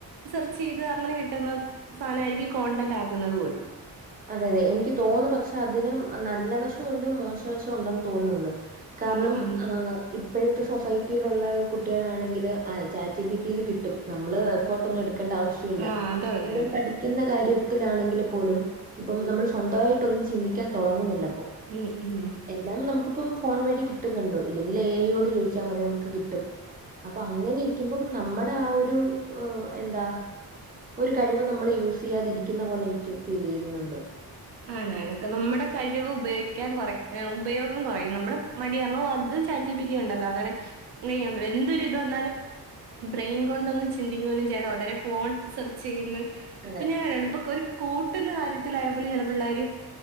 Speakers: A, on the right (about 80°); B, on the right (about 25°).
A: സെർച്ച് ചെയ്ത് അങ്ങനെ കിട്ടുന്ന സാനമായിരിക്കും കോണ്ടന്റ് ആക്കുന്നത് പോലും
B: അതെ അതെ, എനിക്ക് തോന്നുന്നു പക്ഷെ അതിനും നല്ല വശവുണ്ട് മോശവശവുണ്ടെന്ന് തോന്നുന്നുണ്ട് കാരണം
A: ഉം ഉം
B: ആഹ് ഇപ്പഴത്തെ സൊസൈറ്റിയിലുള്ള കുട്ടികളാണെങ്കിൽ ആ ചാറ്റ് ജി പി ടി ല്കിട്ടും നമ്മള് ഫോട്ടോ ഒന്നും എടുക്കേണ്ട ആവശ്യല്ല
A: ആഹ് അതുള്ളയാണ്
B: ഇവൻ പഠി ക്കുന്ന കാര്യത്തിലാണെങ്കിൽ പോലും ഇപ്പം നമ്മൾ സ്വന്തവായിട്ടൊന്നും ചിന്തിക്കാൻ തൊടങ്ങുന്നില്ല
A: ഉം ഉം
B: എല്ലാം നമുക്കിപ്പം ഫോൺ വഴി കിട്ടുന്നുണ്ട്. ഇല്ലെങ്കിൽ എ ഐ യോട് ചോദിച്ചാൽ മതി നമുക്ക് കിട്ടും. അപ്പ അങ്ങനെ ഇരിക്കുമ്പം നമ്മടാ ഒരു ഹ് എന്ത ഒരു കഴിവ് നമ്മള് യൂസ് ചെയ്യാതിരിക്കുന്ന പോലെ എനിക്ക് ഫീൽ ചെയ്യുന്നുണ്ട്
A: ആണാ ആളക്കെ നമ്മടെ കഴിവ് ഉപയോഗിക്കാൻ കുറ ഏഹ് ഉപയോഗം കൊറയും നമ്മുടെ മടികാരണം അത് ചാറ്റ് ജി പി റ്റി കണ്ടല്ലോ അങ്ങനെ എന്തൊരിത് വന്നാലും ബ്രെയിൻ കൊണ്ടൊന്ന് ചിന്തിക്കുകയെന്നും ചെയ്യാതെ ഉടനെ ഫോൺ സെർച്ച് ചെയ്യുന്ന്
B: അതെ
A: ഇപ്പൊ ഞാൻ ഇപ്പൊ ഒരു കൂട്ടുന്ന കാര്യത്തിലായ പോലെ ചെല പിള്ളോര്